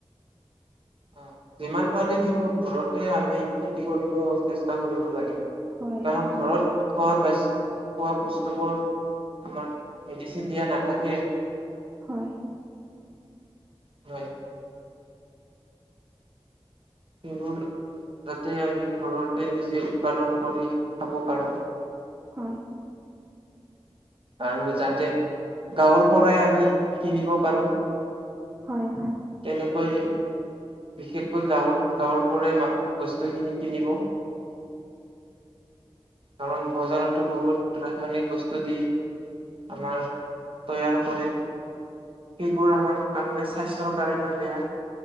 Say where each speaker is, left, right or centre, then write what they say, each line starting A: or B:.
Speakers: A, on the right; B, on the right.
A: অহ, যিমান পাৰে দিব ঘৰতে আমি খেতি কৰিব চেষ্টা কৰিব লাগে।
B: হয়
A: কাৰণ
B: হয়
A: ঘৰত খোৱা বাচ খোৱা বস্তুবোৰ আমাৰ মেডিচিন দিয়া নাথাকে।
B: হয়।
A: হয়। সেইবোৰ যাতে আমি ঘৰতে নিজে উৎপাদন কৰি খাব পাৰোঁ।
B: হয়।
A: আৰু যাতে গাঁৱৰ পৰাই আমি কিনিব পাৰোঁ।
B: হয় - হয়৷
A: তেনেকৈ বিশেষকৈ গাঁৱত গাঁৱৰ পৰাই মাক বস্তুখিনি কিনিব। কাৰণ বজাৰতো বহুত ৰাসায়নিক বস্তু দিয়ে। আমাৰ তৈয়াৰ কৰে সেইবোৰ আমাৰ কাৰোৰে স্বাস্থ্য কাৰনেও বেয়া।